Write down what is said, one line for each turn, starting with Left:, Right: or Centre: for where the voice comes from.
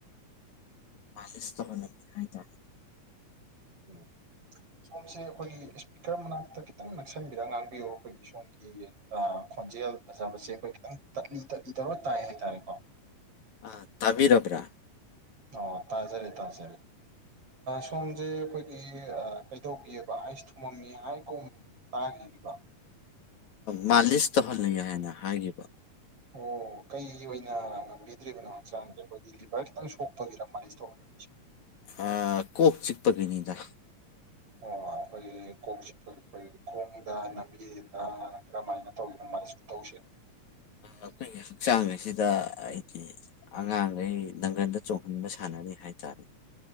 Left: <unintelligible> ꯆꯁ ꯍꯥꯏꯇꯥꯔꯦ
Right: ꯎꯝ ꯁꯣꯝꯁꯦ ꯑꯩꯈꯣꯏꯒꯤ ꯏꯁꯄꯤꯀꯔ ꯃꯅꯥꯛꯇ ꯈꯤꯇꯪ ꯅꯛꯁꯟꯕꯤꯔꯒ ꯉꯥꯡꯕꯤꯌꯣ ꯑꯩꯈꯣꯏꯒꯤ ꯁꯣꯝꯒꯤ ꯈꯣꯟꯖꯦꯜ ꯐꯖꯕꯁꯦ ꯑꯩꯈꯣꯏ ꯈꯤꯇꯪ ꯇꯥꯞꯂꯤ ꯇꯥꯞꯂꯤ ꯇꯧꯔ ꯇꯥꯏ ꯍꯥꯏꯇꯥꯔꯦꯀꯣ
Left: ꯑꯥ ꯇꯥꯕꯤꯔꯕ꯭ꯔꯥ
Right: ꯑꯣ ꯇꯥꯖꯔꯦ ꯇꯥꯖꯔꯦ ꯁꯣꯝꯁꯦ ꯑꯩꯈꯣꯏꯒꯤ ꯀꯩꯇꯧꯕꯤꯑꯦꯕ ꯑꯩꯁ ꯊꯨꯝꯃꯝꯃꯤ ꯍꯥꯏꯒꯨꯝ ꯍꯥꯢꯈꯤꯕꯅꯦꯒꯣ
Left: ꯃꯥꯂꯤꯁ ꯇꯧꯍꯜꯂꯤ ꯍꯥꯏꯅ ꯍꯥꯏꯈꯤꯕ
Right: ꯑꯣ ꯀꯩ ꯑꯣꯏꯅ ꯉꯝꯕꯤꯗ꯭ꯔꯤꯕꯅꯣ ꯍꯛꯆꯥꯡꯁꯦ ꯑꯩꯈꯣꯏꯒꯤ ꯂꯤꯚꯔ ꯈꯤꯇꯪ ꯁꯣꯛꯄꯒꯤꯔ ꯃꯥꯜꯅꯤꯁ ꯇꯣ ꯐꯦ <inaudible>
Left: ꯑꯥ ꯀꯣꯛ ꯆꯤꯛꯄꯒꯤꯅꯤꯗ
Right: ꯑꯣ ꯑꯩꯈꯣꯏꯒꯤ ꯀꯣꯛ ꯆꯤꯠꯄꯒꯤ ꯑꯩꯈꯣꯏꯒꯤ ꯈꯣꯡꯗ ꯂꯝꯕꯤꯔꯤꯔ ꯀꯔꯝꯃꯥꯏꯅ ꯇꯧꯔꯤꯅꯣ ꯃꯥꯂꯤꯁ ꯇꯧꯁꯦ
Left: ꯑꯩꯈꯣꯏꯒꯤ ꯍꯛꯆꯥꯡ ꯑꯁꯤꯗ ꯍꯥꯏꯗꯤ ꯑꯉꯥꯡꯈꯩ ꯅꯪꯒꯟꯗ ꯆꯣꯡꯍꯟꯕ ꯁꯥꯟꯅꯔꯤ ꯍꯥꯏꯇꯥꯔꯦ